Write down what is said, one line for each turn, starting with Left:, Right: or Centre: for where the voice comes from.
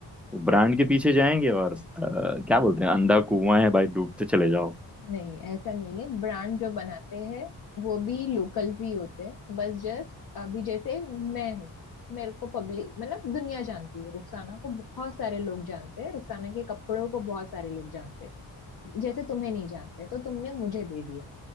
Centre: वो ब्रांड के पीछे जाएंगे और अ, क्या बोलते हैं अंधा कुआं है भाई डूबते चले जाओ
Left: नहीं ऐसा नहीं है ब्रांड जो बनाते हैं वो भी लोकल्स ही होते हैं बस जस्ट अभी जैसे मैं हूँ मेरे को पब्लिक मतलब दुनिया जानती है रुखसाना को बहुत सारे लोग जानते हैं रुखसाना के कपड़ों को बहुत सारे लोग जानते हैं जैसे तुम्हें नहीं जानते तो तुमने मुझे दे दिया